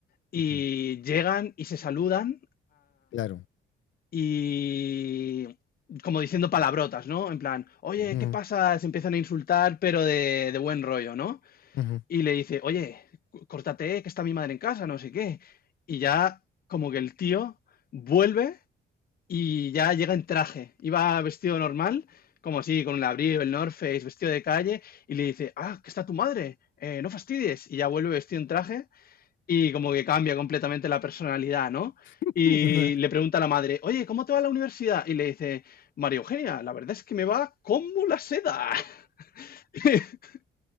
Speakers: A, on the left; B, on the left.
A: y
B: Ujú,
A: llegan y se saludan
B: Claro.
A: y como diciendo palabrotas, ¿no? En plan, oye,
B: Ujú,
A: ¿qué pasa? Se empiezan a insultar, pero de, de buen rollo, ¿no?
B: ujú,
A: Y le dice, oye, cu- córtate, que está mi madre en casa, no sé qué. Y ya como que el tío vuelve y ya llega en traje. Iba vestido normal, como así, con un abrigo, el North Face, vestido de calle, y le dice, ah, que está tu madre, eh, no fastidies. Y ya vuelve vestido en traje y como que cambia completamente la personalidad, ¿no?
B: ujú.
A: Y
B: <laughs>
A: le pregunta a la madre, oye, ¿cómo te va la universidad? Y le dice, María Eugenia, la verdad es que me va como la seda. <laughs>